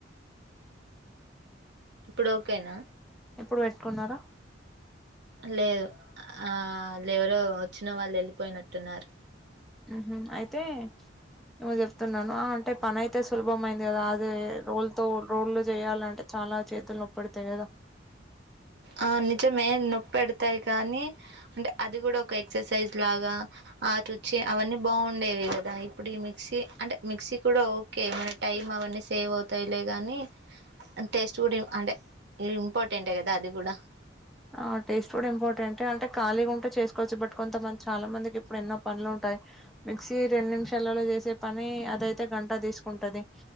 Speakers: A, on the right; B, in the centre.
A: ఇప్పుడు ఓకేనా
B: ఇప్పుడుపెట్టుకున్నారా
A: లేదు ఆ ఎవరో వచ్చినా వాళ్ళు వెళ్ళిపోయినట్టున్నారు
B: ఉ ఊ అయితే ఏమో చెప్తున్నాను అంటే పనితే సులభమైంది కదా అదే రోల్తో రోళ్లు చేయాలంటే చ చాల చేతులు నొప్పీడతాయి కదా
A: ఆ నిజమే నొప్పీడతాయి కానీ అంటే అది కూడా ఒక ఎక్సర్సైజ్ లాగా ఆ రుచి అవన్నీ బాగుండేవి కదా ఇప్పుడు ఈ మిక్సీ అంటే మిక్సీ కూడా ఓకే మన టైమ్ అవన్నీ సేవ్ అవతవులే గాని టేస్ట్ కూడా అంటే ఇంపార్టెంట్ ఏ కదా అది గూడ
B: అ ఆ టేస్ట్ కూడా ఇంపార్టెంట్ అంటే ఖాళీగా ఉంటే చేసుకోవచ్చు బట్ కొంతమంది చాలా మందికి ఇప్పుడు ఎన్నో పనులు ఉంటాయి మిక్సీ రెండు నిమిషాలలో చేసే పని అదైతే గంట తీసుకుంటది